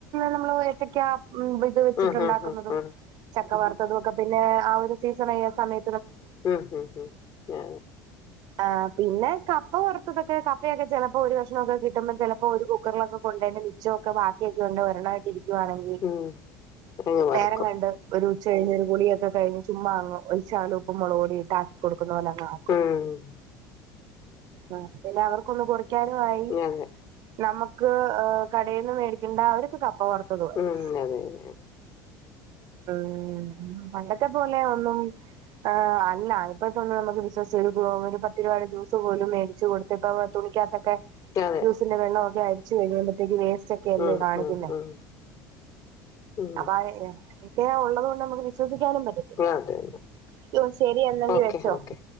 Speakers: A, on the right (about 50°); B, on the left (about 40°).
A: നമ്മള് ഏത്തക്ക ഇത്‌ വെച്ചിട്ടുണ്ടാക്കുന്നതും
B: ആഹ് ആഹ് ആഹ് ആഹ്
A: ചക്ക വറത്തതൊക്കെ പിന്നെ ആ ഒരു സീസൺ സമയ
B: ഉം ഉം ഉം
A: ആഹ് പിന്നെ കപ്പ വറുത്തതൊക്കെ കപ്പയൊക്കെ ചിലപ്പോൾ ഒരു കഷ്ണൊക്കെ കിട്ടുമ്പോ ചിലപ്പോ ഒരു കുക്കറിലൊക്കെ കൊണ്ടന്നെ ഉച്ച ഒക്കെ ബാക്കിയൊക്കെ ഉണ്ട് ഒരെണ്ണമായിട്ട് ഇരിക്കുയാണെങ്കിൽ
B: ഉം അതെ ഉം അങ്ങ് മറക്കും
A: നേരം കണ്ട് ഒരു ഉച്ച കഴിഞ്ഞ് ഒരു കുളിയൊക്കെ കഴിഞ്ഞ് ചുമ്മാങ്ങ ഒരു ചകലം ഉപ്പും മുളകുപൊടിയും ഇട്ടാക്കി കൊടുക്കുന്ന പോലെ അങ്ങാക്കും
B: മ്മ്
A: ആഹ് പിന്നെ അവർക്കൊന്ന് കൊറിക്കാനും ആയി
B: അതെ
A: നമുക്ക് കടയിൽ നിന്ന് മേടിക്കേണ്ട അവർക്ക് കപ്പ വറത്ത തും ആയി
B: ഉം അതെ അതെ
A: മ്മ് പണ്ടത്തെ പോലെ ഒന്നും ആഹ് അല്ല ഇപ്പഴത്തെ ഒന്നും നമുക്ക് വിശ്വസിച്ച് ഒരു ഒരു പത്ത് രൂപയുടെ ജ്യൂസ് പോലും മേടിച്ചു കൊടുത്ത് ഇപ്പം തുണിക്കാത്തൊക്കെ
B: അതെ
A: പിന്നെ വെള്ളൊക്കെ അരിച്ച് കഴിയുമ്പഴത്തേക്ക് വേ ച്ചക്കല്ലേ
B: ഉം
A: കാണിക്കുന്നേ
B: ഉം ഉം ഉം
A: അപ്പൊ അതൊക്കെ ഉള്ളത് കൊണ്ട് നമുക്ക് വിശ്വസിക്കാനും പറ്റത്തില്ല
B: അതെന്നെ
A: ശരി എന്നെങ്കി
B: ഓക്കെ
A: വെച്ചോ
B: ഓക്കെ